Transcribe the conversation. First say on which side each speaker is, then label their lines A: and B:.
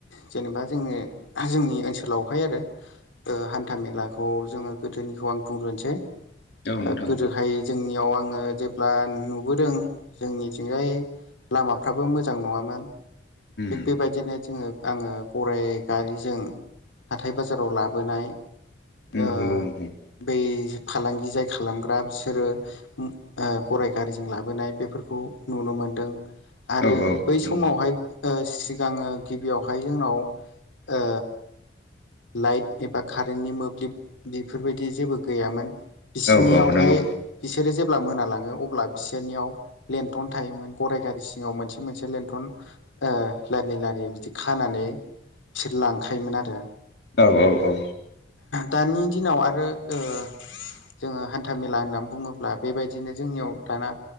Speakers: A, on the left (about 80°); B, on the left (about 60°).
A: जेनेबा जोङो जोंनि ओनसोलावहाय आरो ओ हान्था मेलाखौ जोङो गोदोनिखौ आं बुंग्रोनिसै
B: औ
A: ओ
B: नोंथां
A: गोदोहाय जोंनियाव आङो जेब्ला नुबोदों जोंनिथिंजाय लामाफ्राबो मोजां नङामोन
B: उम
A: थिग बेबायदिनो जोङो आङो गराय गारिजों हाथाय बाजाराव लाबोनाय
B: ओम
A: ओ
B: नंगौ नोंथां।
A: बै फालांगि जाय खालामग्रा बिसोरो उ ओ गराय गारिजों लाबोनाय बेफोर फोरखौ नुनो मोनदों आरो
B: औ औ
A: बै
B: नंगौ
A: समावहाय ओ सिगाङो गिबियावहाय जोंनाव ओ लाइट एबा कारेन्टनि मोब्लिब बेफोरबायदि जेबो गैयामोन। बिसिनियावहाय
B: औ औ नंगौ
A: बि सोरो जेब्ला मोनालाङो अब्ला बिसोरनियाव लेन्थन थायोमोन गराइ गारि सिङाव मोनसे मोनसे लेन्थन ओ लारि लारि बिदि खानानै बिसोर लांखायोमोन आरो
B: औ औ औ
A: दानि दिनाव आरो ओ जोङो हान्था मेला होनना बुङोब्ला बेबायदिनो जोंनियाव दाना